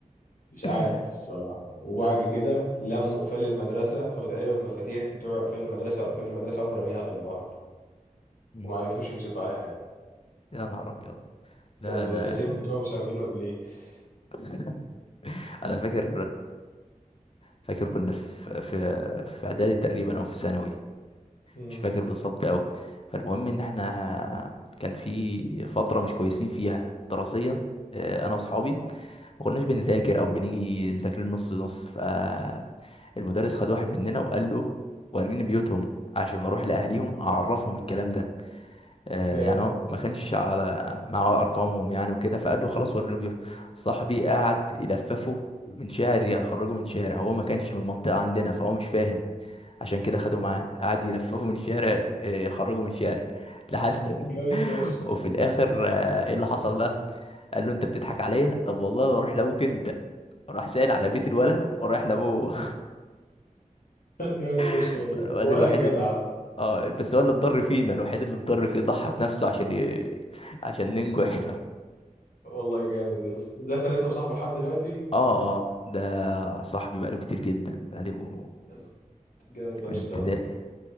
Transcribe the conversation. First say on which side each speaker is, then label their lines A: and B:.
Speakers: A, on the left; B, on the left.
A: مش عارف
B: إيه؟
A: الصراحة
B: <laughs>
A: وبعد
B: ده
A: كده لموا قفال المدرسة أو تقريبا المفاتيح بتوع قفال المدرسة أو قفال المدرسة قاموا رامينها في البحر
B: مم.
A: ومعرفوش يمسكوا على حاجة
B: يا نهار ابيض لا
A: كانوا المدرسين
B: انا
A: بتوعهم مسمينه إبليس
B: <laughs> انا فاكر فاكر كنا في في في اعدادي تقريبا او في ثانوي
A: امم
B: مش فاكر بالظبط قوي فالمهم ان احنا كان في فتره مش كويسين فيها دراسيا آه، انا واصحابي ما كناش بنذاكر او بنيجي مذاكرين نص نص فالمدرس خد واحد مننا وقال له وريني بيوتهم عشان اروح لاهليهم اعرفهم الكلام ده آه،
A: جامد
B: يعني هو ما كانش على معاه ارقامهم يعني وكده فقال له خلاص وريني بيوت صاحبي قعد يلففه من شارع يخرجه من شارع هو ما كانش من المنطقه عندنا فهو مش فاهم عشان كده خدوا معاه قعد يلففوا من الشارع آه، يخرجوا من الشارع لحد
A: جامد
B: <laughs>
A: فشخ
B: وفي الاخر آه، ايه اللي حصل بقى قال له انت بتضحك عليا طب والله لو اروح لابوك انت راح سائل على بيت الولا ورايح لابوه
A: <laughs> جامد فشخ
B: <laughs>
A: والله
B: الواد
A: ولا
B: الوحيد
A: الجدع
B: اللي... اه بس هو اللي اتضر فينا الوحيد اللي اتضر فيه ضحى بنفسه عشان ي... عشان ننجح
A: والله جامد يا اسطى ده انت لسه مصاحبه لحد دلوقتي
B: اه اه ده صاحبي بقاله كتير جدا بقاله
A: يا اسطى جامد فشخ
B: من ابتدائي
A: يا اسطى